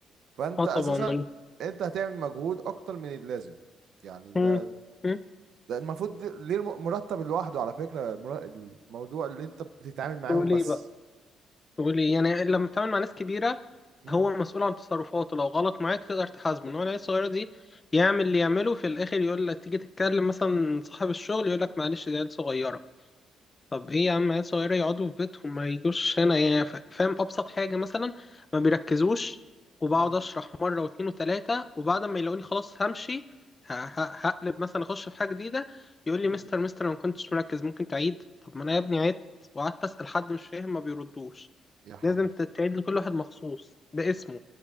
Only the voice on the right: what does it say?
فانت
أساسا انت هتعمل مجهود أكتر من اللازم يعني ده
ده المفروض ده- ليه الم- مرتب لوحده على فكرة مرا- الموضوع اللي انت بتتعامل معاهم
بس
مم.
مم.
مم.
يا حول
الله.